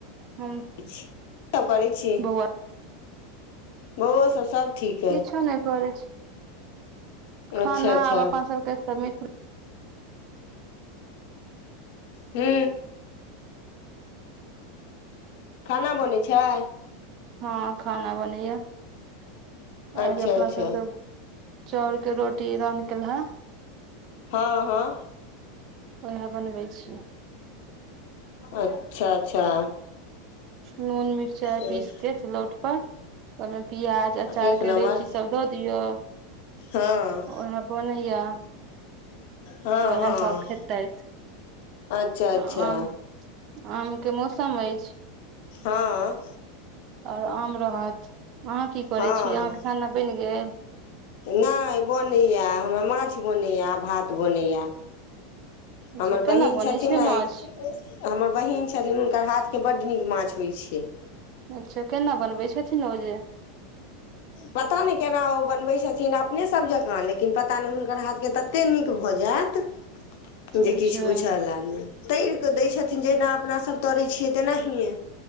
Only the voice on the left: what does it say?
सब करै छी
बउओ सब सब ठीक
अइ
अच्छा अच्छा
हू खाना बनै छै
अच्छा
अच्छा
हँ हँ
अच्छा अच्छा
हँ
एक
नम्बर
हँ
हँ
हँ
अच्छा अच्छा
हँ
हँ
नहि बनैया हमरा माछ बनैया भात बनैया
हमर
बहिन
छथिन
ने
हमर बहिन छथिन हुनकर हाथ के बड नीक माछ होइ छै
पता नहि केना ओ बनबै छथिन अपने सब जकाँ लेकिन पता नहि हुनकर हाथ के तते नीक भऽ जा जायत जे
किछु पूछलए नहि तरि दै छथिन जेना अपनासभ तरै छियै तेनाहिए